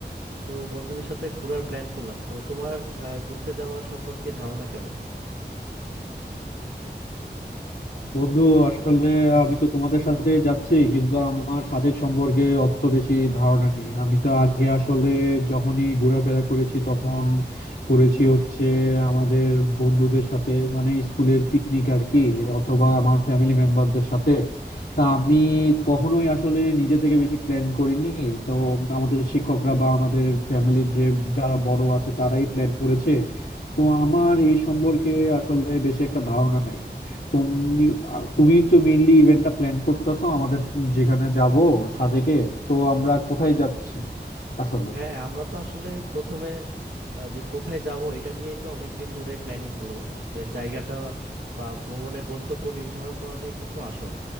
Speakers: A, on the right; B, on the left.
A: তো বন্ধুদের সাথে ঘোরার প্ল্যান করলাম তো তোমার আহ, ঘুরতে যাওয়ার সম্পর্কে ধারণা কেমন
B: বন্ধু আসলে আমি তো তোমাদের সাথে যাচ্ছি কিন্তু আমার সাজেক সম্পর্কে অত বেশি ধারণা নেই আমি তো আগে আসলে যখনই ঘোরাফেরা করেছি তখন করেছি হচ্ছে আমাদের বন্ধুদের সাথে মানে স্কুলের পিকনিক আর কি অথবা আমার ফ্যামিলি মেম্বারদের সাথে তা আমি কখনোই আসলে নিজে থেকে বেশি প্ল্যান করিনি তো আমাদের শিক্ষকরা বা আমাদের ফ্যামিলির যে যারা বড় আছে তারাই প্ল্যান করেছে তো আমার এই সম্পর্কে আসলে বেশি একটা ধারণা নাই তুমি তুমি তো মেইনলি ইভেন্টটা প্ল্যান করতেছো আমাদের যেখানে যাব সাজেকে তো আমরা কোথায় যাচ্ছি আসলে
A: হ্যাঁ আমরা তো আসলে প্রথমে আহ, যে কোথায় যাব এটা নিয়েই তো অনেকদিন ধরে প্ল্যানিং হলো যে জায়গাটা বা ভ্রমণের গন্তব্য নির্ধারণ করাটাই কিন্তু আসল